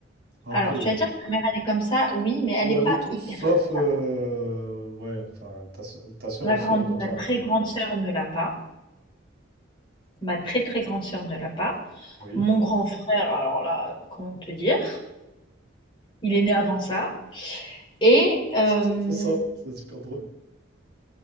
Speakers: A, on the right; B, on the left.
A: Un
B: Alors,
A: peu, ouais.
B: tu vas dire que ta mère, elle est comme ça, oui, mais
A: Vous
B: elle
A: l'avez
B: n'est pas
A: tous,
B: hyper
A: sauf.
B: comme
A: euh,
B: ça.
A: Ouais, enfin, ta, so- ta soeur
B: Ma
A: aussi,
B: grande,
A: elle est comme
B: ma
A: ça.
B: très
A: hein.
B: grande sœur ne l'a pas. Ma très très grande sœur ne l'a pas.
A: Oui.
B: Mon
A: <laughs>
B: grand frère, alors là, comment te dire? Il est né avant ça. Et, hem,
A: C'est pour ça, c'est super drôle.